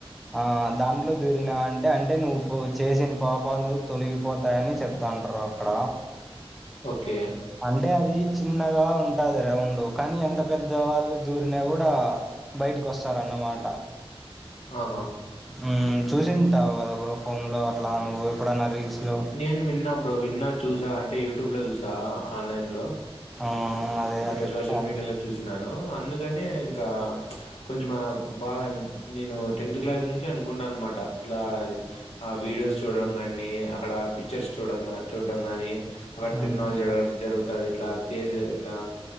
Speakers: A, in the centre; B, on the left.
A: ఆ దాంట్లో దురీన అంటే అంటే నువ్వు చేసిన పాపాలు తొలగిపోతాయని చెప్తంటరు. అక్కడ
B: ఓకే
A: అంటే అది చిన్నగా ఉంటాది రౌండు, కానీ ఎంత పెద్దవాళ్ళు దూరిన కూడా బయటికి వస్తారన్నమాట.
B: ఆహా
A: ఉమ్ చూసింటావు కదా బ్రో ఫోన్లో అట్లా నువ్వు ఎప్పుడన్నా రీల్స్‌లో?
B: నేను విన్నా బ్రో, విన్నా చూసా అంటే యూట్యూబ్ లో చూసా, ఆన్లైన్ లో
A: హ్మ్ అదే అదే
B: అట్లా సోషల్
A: అవును.
B: మీడియాలో చూసిన ను అందుకనే ఇంకా ప్చ్ కొంచ బాగా నేను టెన్త్ క్లాస్ నుం చి అనుకుంటా అనమాట ఇట్లా ఆ వీడియోస్ చూడం గానీ అక్కడ పి పిక్చర్స్ చూడం చూడడం కానీ, అక్కడ
A: హ్మ్.
B: తిరనాల జడ అ జరుగుతాది ఇట్లా, తీరు ఇట్లా